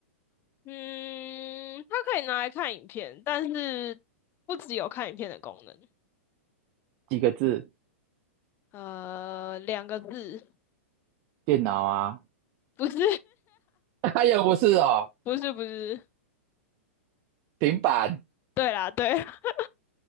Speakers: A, on the left; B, on the right.
A: 嗯，它可以拿来看影片，但是不只有看影片的功能。
B: 几个字？
A: 呃，两个字，
B: 电脑啊？
A: 不是，
B: <laughs> 哎呀，不是哦，
A: <laughs> 不是，不是。
B: 平板
A: 对啦，对，<laughs>